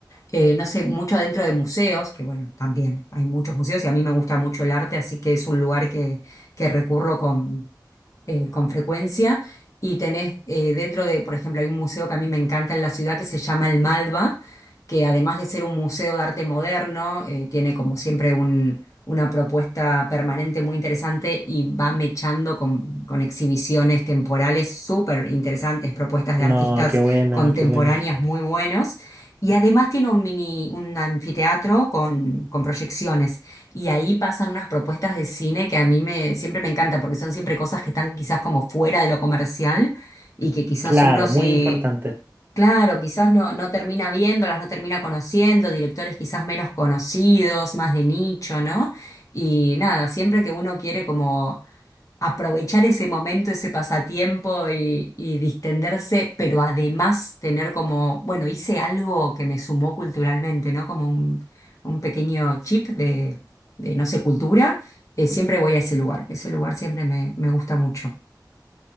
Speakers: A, on the left; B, on the right.
A: eh, no sé, mucho adentro de museos, que bueno, también hay muchos museos y a mí me gusta mucho el arte, así que es un lugar que, que recurro con eh, con frecuencia y tenés eh, dentro de, por ejemplo, hay un museo que a mí me encanta en la ciudad que se llama el Malva, que además de ser un museo de arte moderno, eh, tiene como siempre un- una propuesta permanente muy interesante y va mechando con, con exhibiciones temporales súper interesantes, propuestas
B: No,
A: de artistas
B: qué buena,
A: contemporáneas
B: qué buena.
A: muy buenos. Y además tiene un mini, un anfiteatro con, con proyecciones. Y ahí pasan unas propuestas de cine que a mí me, siempre me encanta, porque son siempre cosas que están quizás como fuera de lo comercial y que quizás
B: Claro,
A: uno si,
B: muy importante.
A: claro, quizás no, no termina viéndolas, no termina conociendo, directores quizás menos conocidos, más de nicho, ¿no? Y nada, siempre que uno quiere como aprovechar ese momento, ese pasatiempo y, y distenderse, pero además tener como, bueno, hice algo que me sumó culturalmente, ¿no? Como un, un pequeño chip de, de, no sé, cultura, eh, siempre voy a ese lugar, ese lugar siempre me, me gusta mucho,